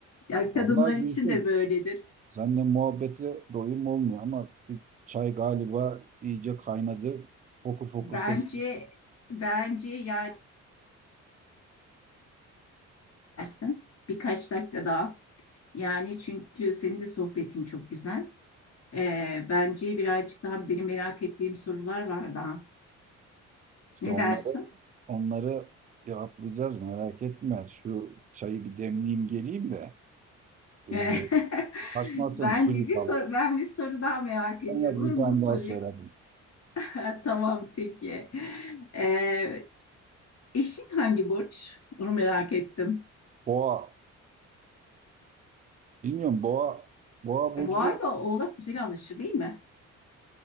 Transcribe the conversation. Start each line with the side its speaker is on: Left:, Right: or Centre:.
Left: Ya kadınlar
Right: Vallahi
Left: için
Right: Gülsüm
Left: de böyledir.
Right: seninle muhabbete doyum olmuyor ama şu çay galiba iyice kaynadı. Fokur fokur
Left: Bence
Right: ses.
Left: bence yani dersin birkaç dakika daha. Yani çünkü senin de sohbetin çok güzel. E, bence birazcık daha benim merak ettiğim sorular var daha.
Right: İşte
Left: Ne
Right: onları
Left: dersin?
Right: onları cevaplayacağız merak etme. Şu çayı bir demleyeyim geleyim de.
Left: E, <laughs>
Right: E, kaçmasın
Left: Bence
Right: suyu
Left: bir
Right: falan.
Left: soru, ben bir soru daha merak ediyorum.
Right: Ben hadi bir
Left: Onu
Right: tane
Left: da sorayım.
Right: daha soralım.
Left: <laughs> Tamam peki. Ee, eşin hangi burç? Onu merak ettim.
Right: Boğa Bilmiyorum boğa boğa burcu
Left: Boğa ile Oğlak güzel anlaşır değil mi?